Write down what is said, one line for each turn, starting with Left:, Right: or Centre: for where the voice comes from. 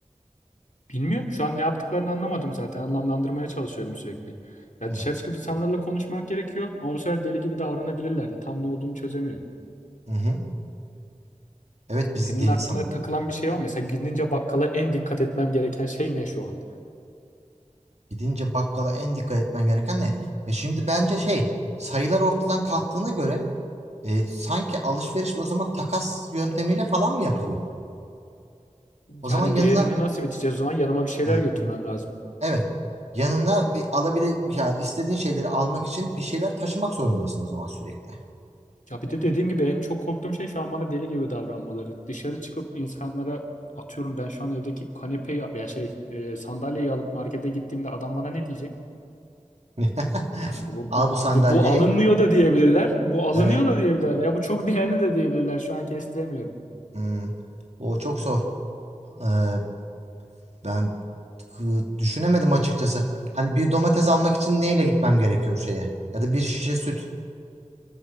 Left: Bilmiyorum. Şu an ne yaptıklarını anlamadım zaten. Anlamlandırmaya çalışıyorum sürekli. Ya
Right: Hı
Left: dışarı çıkıp insanlarla konuşmak gerekiyor ama bu sefer deli gibi davranabilirlerdi. Tam ne olduğunu çözemiyorum.
Right: hı. Evet bizi
Left: Senin
Right: deli
Left: aklına
Right: sanabilir.
Left: takılan bir şey var mı? Mesela gidince bakkala en dikkat etmem gereken şey ne şu an?
Right: Gidince bakkala en dikkat etmen gereken ne? E şimdi bence şey sayılar ortadan kalktığına göre e, sanki alışveriş o zaman takas yöntemiyle falan mı yapılıyor? O
Left: Yani
Right: zaman yanına
Left: değerini nasıl biteceğiz o zaman? Yanıma bir şeyler
Right: Hı.
Left: götürmem lazım.
Right: Evet. Yanına bir alabile ya istediğin şeyleri almak için bir şeyler taşımak zorundasın o zaman sürekli.
Left: Ya bir de dediğim gibi en çok korktuğum şey şu an bana deli gibi davranmaları. Dışarı çıkıp insanlara atıyorum ben şu an evdeki kanepeyi veya şey e, sandalyeyi alıp markete gittiğimde adam bana ne diyecek?
Right: <laughs>
Left: Yani bu,
Right: Al
Left: bu,
Right: bu sandalyeyi.
Left: bu, bu alınmıyor da diyebilirler. Bu alınıyor
Right: Evet.
Left: da diyebilirler. Veya bu çok değerli de diyebilirler. Şu an kestiremiyorum.
Right: Hmm. O çok zor. Ee, ben kı- düşünemedim açıkçası. Hani bir domates almak için neyle gitmem gerekiyor şeye? Ya da bir şişe süt